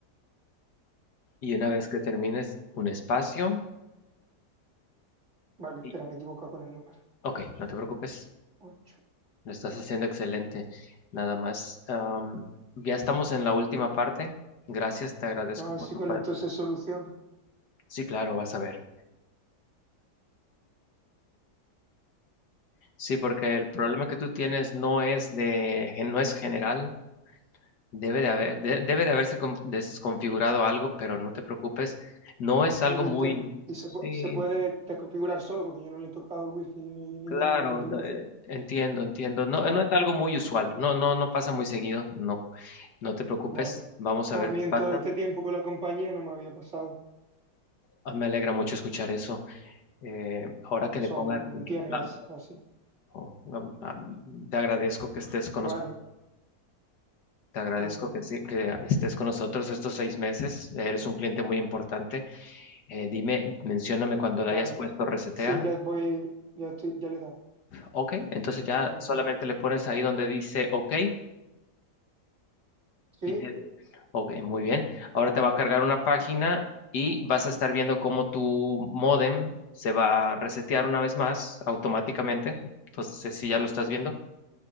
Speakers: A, on the left; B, on the right.
A: y
B: 4.
A: una vez que termines un espacio,
B: Vale, espera,
A: y,
B: me he equivocado con el número.
A: ok, no te preocupes,
B: ocho
A: lo estás haciendo excelente. Nada más, am, ya estamos en la última parte. Gracias, te agradezco
B: Vamos a
A: por
B: ver si
A: tu...
B: con
A: pa-
B: esto se soluciona
A: Sí, claro, vas a ver. Sí, porque el problema que tú tienes no es de, no es general, Debe de haber, de- debe de haberse con- desconfigurado algo, pero no te preocupes, no es algo
B: algo
A: muy...
B: interno. Y se, pu-
A: Sí,
B: se puede desconfigurar solo porque yo no le he tocado el wifi ni, ni
A: claro,
B: nada a la configuración.
A: no, eh, entiendo, entiendo. No,
B: Ah,
A: no es algo muy usual, no, no, no pasa muy seguido, no, no te preocupes,
B: vale.
A: vamos a
B: No,
A: ver
B: a mí
A: qué pasa.
B: en todo este tiempo con la compañía no me había pasado.
A: Ah, me alegra mucho escuchar eso. Eh, ahora que
B: Ya
A: le
B: son
A: pongas,
B: mm, 10 meses
A: la-
B: o así.
A: oh, am- am- te agradezco que estés con
B: Vale,
A: nos- te agradezco
B: mm,
A: que, sí- que estés con nosotros estos seis meses, eres un cliente muy importante. Eh, dime, mencióname cuando le
B: vale.
A: hayas puesto resetea
B: Sí, ya voy, ya estoy, ya le he dado.
A: Ok, entonces ya
B: Mm,
A: solamente le pones ahí donde dice OK
B: sí,
A: y te... Ok, muy bien. Ahora te va a cargar una página y vas a estar viendo cómo tu modem se va a resetear una vez más automáticamente. Entonces, si ya lo estás viendo.